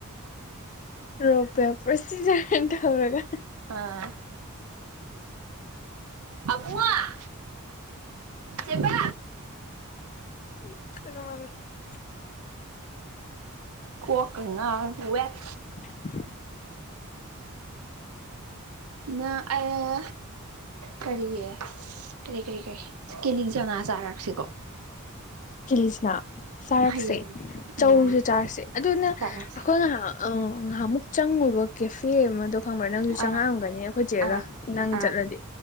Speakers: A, on the left (about 35°); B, on the right (about 80°).
A: ꯔꯣꯛ ꯄꯦꯄꯔ ꯁꯤꯖꯔꯅ ꯇꯧꯔꯒ
B: ꯑꯥ ꯑꯕꯨꯡꯉꯣ ꯆꯦꯕꯥ
A: <inaudible>
B: ꯀꯣꯛꯀ ꯉꯥꯎꯏ ꯋꯦꯠ
A: <inaudible>
B: ꯅ ꯑꯌꯣ ꯀꯔꯤ ꯀꯔꯤ ꯀꯔꯤ ꯀꯔꯤ ꯀꯤꯂꯤ ꯆꯥꯅꯥ ꯆꯥꯔꯛꯁꯤꯀꯣ
A: ꯀꯤꯂꯤꯆꯥꯅ ꯆꯥꯔꯛꯁꯦ
B: ꯍꯌꯦꯡ
A: ꯆꯧꯖꯨ
B: ꯎꯝ
A: ꯆꯥꯔꯛꯁꯦ ꯑꯗꯨꯅ
B: ꯆꯥꯔꯁꯦ
A: ꯑꯩꯈꯣꯏ ꯉꯥꯏꯍꯥꯛ ꯑ ꯉꯍꯥꯃꯨꯛ ꯆꯪꯉꯨꯕ ꯀꯦꯐꯦ ꯑꯃꯗꯣ ꯈꯪꯕ꯭ꯔꯥ ꯅꯪꯖꯨ ꯆꯪꯉꯛꯑꯝꯒꯅꯤ
B: ꯑꯥ
A: ꯑꯩꯈꯣꯏ ꯆꯦꯒ
B: ꯑꯥ
A: ꯅꯪ
B: ꯑꯥ
A: ꯆꯠꯂꯗꯤ